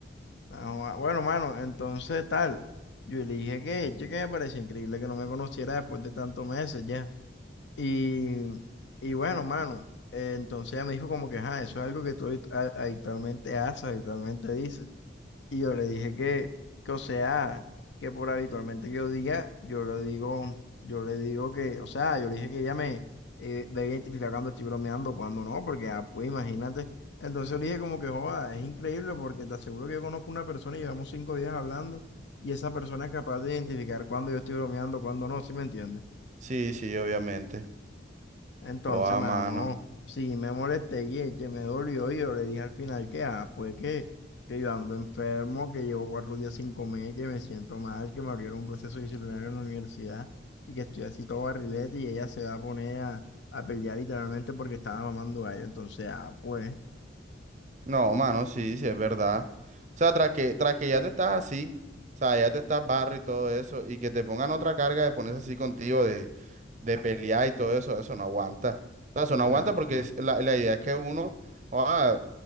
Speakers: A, on the left (about 70°); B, on the right (about 40°).
A: Ah, bueno, mano, entonces tal. Yo le dije que, che, que me parecía increíble que no me conociera después de tantos meses ya. Y, y bueno, mano, eh, entonces ella me dijo como que, ajá, eso es algo que tú habit- a- habitualmente haces, habitualmente dices. Y yo le dije que, que, o sea, que por habitualmente que yo diga, yo le digo, yo le digo que, o sea, yo le dije que ella me eh, debe identificar cuando estoy bromeando, cuando no, porque, ah, pues imagínate. Entonces le dije como que, joda, es increíble porque te aseguro que yo conozco una persona y llevamos cinco días hablando y esa persona es capaz de identificar cuando yo estoy bromeando, cuando no, ¿sí me entiendes?
B: Sí, sí, obviamente.
A: Entonces,
B: o a
A: mano,
B: mano.
A: sí me molesté y ella me dolió y yo le dije al final que, ah, pues que, que yo ando enfermo, que llevo cuatro días sin comer, que me siento mal, que me abrieron un proceso disciplinario en la universidad y que estoy así todo barrilete y ella se va a poner a, a pelear literalmente porque estaba mamando gallo. Entonces, ah, pues,
B: No, mano, sí, sí, es verdad. O sea, tras que, tras que ya te estás así, o sea, ya te estás barro y todo eso, y que te pongan otra carga de ponerse así contigo, de, de pelear y todo eso, eso no aguanta. O sea, eso
A: nada,
B: no aguanta porque
A: pues.
B: es- la, la idea es que uno, ah,